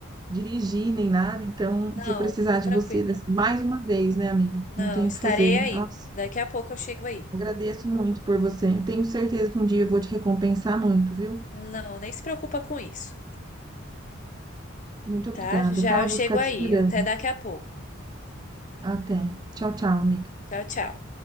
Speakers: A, on the right (about 20°); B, on the left (about 35°).
A: dirigir nem nada, então
B: Não,
A: vou precisar
B: fica
A: de
B: tranquilo.
A: você des- mais uma vez, né, amiga?
B: Não,
A: Não tenho
B: estarei
A: o que fazer.
B: aí.
A: Nossa,
B: Daqui a pouco eu chego aí.
A: agradeço muito por você. Tenho certeza que um dia eu vou te recompensar muito, viu?
B: Não, nem se preocupa com isso,
A: Muito obrigada,
B: tá? Já
A: tá?
B: eu
A: Vou
B: chego
A: ficar
B: aí.
A: te esperando.
B: Até daqui a pouco.
A: Até. Tchau, tchau, amiga.
B: Tchau, tchau.